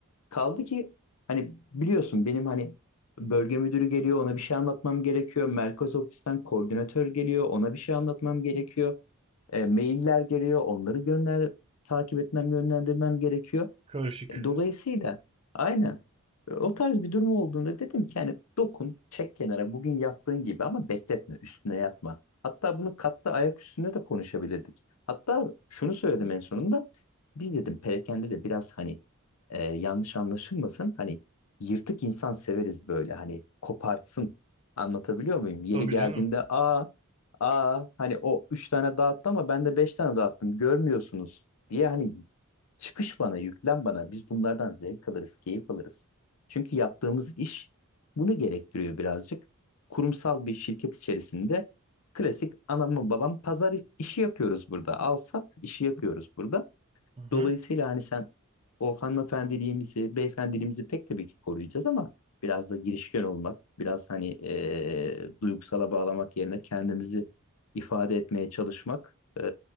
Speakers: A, on the left; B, on the right.
A: Kaldı ki hani biliyorsun benim hani bölge müdürü geliyor ona bir şey anlatmam gerekiyor. Merkez ofisten koordinatör geliyor ona bir şey anlatmam gerekiyor. E, mailler geliyor, onları gönder, takip etmem, yönlendirmem gerekiyor.
B: Karışık.
A: E, Dolayısıyla aynen E, o tarz bir durum olduğunda dedim ki hani dokun çek kenara bugün yaptığın gibi ama bekletme üstüne yatma. Hatta bunu katta ayak üstünde de konuşabilirdik. Hatta şunu söyledim en sonunda biz dedim perakende de biraz hani e, yanlış anlaşılmasın hani yırtık insan severiz böyle hani kopartsın anlatabiliyor muyum? Yeri
B: Tabii
A: geldiğinde
B: canım.
A: aa aa hani o üç tane dağıttı ama ben de beş tane dağıttım görmüyorsunuz diye hani Çıkış bana, yüklen bana. Biz bunlardan zevk alırız, keyif alırız. Çünkü yaptığımız iş bunu gerektiriyor birazcık. Kurumsal bir şirket içerisinde klasik anamın babam pazar işi yapıyoruz burada. Al sat işi yapıyoruz burada.
B: Hı
A: Dolayısıyla
B: hı.
A: hani sen o hanımefendiliğimizi, beyefendiliğimizi pek tabii ki koruyacağız ama biraz da girişken olmak, biraz hani e, duygusala bağlamak yerine kendimizi ifade etmeye çalışmak e,